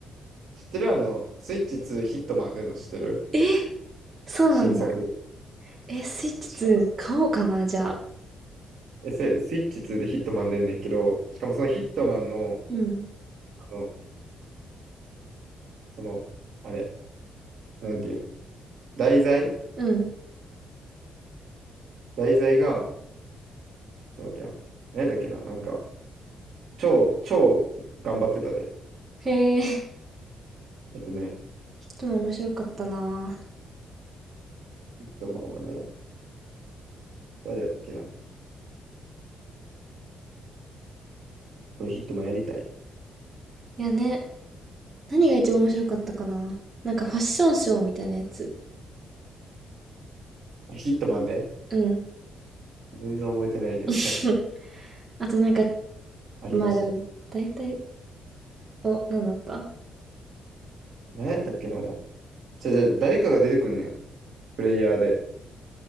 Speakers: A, on the right; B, on the right.
A: 知ってるあの、スイッチ2ヒットマン出んの知ってる
B: え、そうなんだ。
A: 新作。
B: え、スイッチ2買おうかな、
A: 知らん
B: じゃあ。
A: え、そうやで、スイッチ2でヒットマン出んねんけど、しかもそのヒットマンの、
B: うん。
A: あの、その、あれ、なんていうん題材
B: うん。
A: 題材が、ちょっと待ってや。何だっけななんか、超、超頑張ってたで。
B: へえ、ヒッ
A: えっとね、
B: トマン面白かったな。
A: ヒットマンはね、誰やったっけなそうヒットマンやりたいね。
B: いやね。何が一番面白かったかな。なんかファッションショーみたいなやつ。
A: あヒットマンで
B: うん。
A: 全然覚えてないけど、
B: <laughs>
A: 確か
B: あとなんか、
A: ありました。
B: まあでも、大体、お、何だった
A: 何やったっけのじゃじゃ誰かが出てくんねん。プレイヤーで。